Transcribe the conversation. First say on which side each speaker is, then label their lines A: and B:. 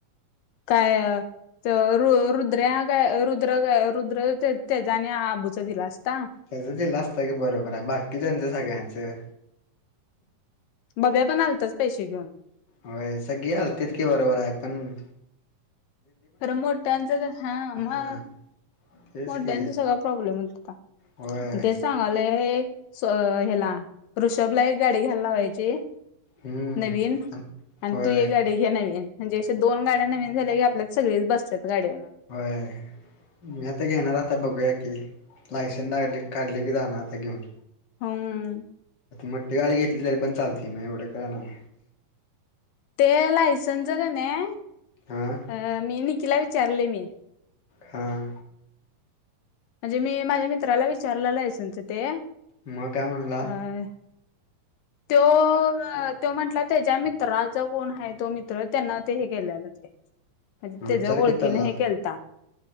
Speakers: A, on the left; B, on the left.
A: काय तर र रुद्रऱ्या काय रुद्र रुद्र तेजं अणि आबूचं दिला असता.
B: त्यजं दिला असता की बरोबर हाय, बाकीच्याचं सगळ्यांचं.
A: बब्या पण आलताच पैशे घेऊन.
B: होयं सगळीं आलती की बरोबर आहे पणं
A: खरं मोठ्यांचं हां
B: हा
A: मंग
B: तेच
A: मोठ्यांचं
B: की
A: सगळं प्रॉब्लेम होतं होतां
B: होय
A: तेचं सगांयलोय सो ह्यांला ऋषभ लां एक गांडी घ्यायलावांयची
B: हम्म
A: नवीन आणि
B: होय
A: तूं एक गांडी घे नवीन म्हणजे अे दोन गाड्यां नवीन झाल्यां की आपल्या सगळीचं बसत्यांत गांडीवरं
B: होयं मी आंता घेणारं आंता बघूंया की लांयसन्स दाखले काढले की जाणारं आंता घेऊंन
A: हम्मं
B: मोठी गांडी घेतली तरी पणं चालतंय मंग एवढं कायं नांय
A: ते लांयसन्सचं कनई
B: हा
A: अं मी निकिलां विचारलंय मी
B: हां
A: म्हणजे मी माझ्यां मित्रांला विचारलेला आहे लांयसन्स ते
B: मंग कायं म्हणलां
A: अ तो तो म्हंटला त्यांच्या मित्रांचा कोणं आहे तो मित्रं त्यांना ते हे केलेला ते म्हणजे
B: मग
A: त्यांच्या
B: विचार
A: ओळखीन
B: की त्याला
A: हे खेलतां